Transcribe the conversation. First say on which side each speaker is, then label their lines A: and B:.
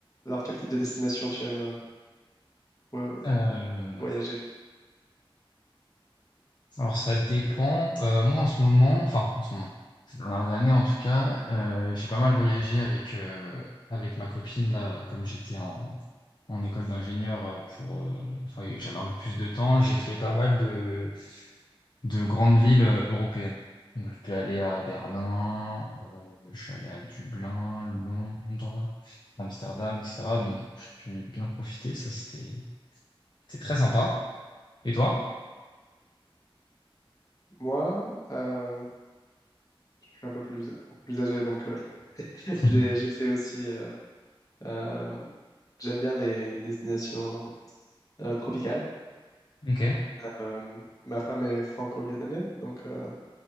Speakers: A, on the left; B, on the left.
A: Alors, quel type de destination tu aimes euh, pour, euh,
B: Heu,
A: voyager?
B: alors ça dépend, heu, moi en ce moment, enfin en ce moment, ces dernières années en tout cas, heu, j'ai pas mal voyagé avec, heu, avec ma copine là, comme j'étais en en école d'ingénieur, heu, pour, heu, enfin et que j'avais un peu plus de temps, j'ai fait pas mal de de grandes villes, heu, européennes. Donc je suis aller à Berlin, heu, je suis allé à Dublin, Londres, Amsterdam et cetera. Donc j'ai pu bien profiter, ça c'était c'était très sympa. Et toi?
A: Moi, euh, je suis un peu plus, un peu plus âgé, donc euh, <laughs>
B: <laughs>
A: j'ai, j'ai fait aussi. euh, euh, j'aime bien les, les destinations euh, tropicales.
B: OK.
A: Euh, ma femme est franco-vietnamienne, donc euh,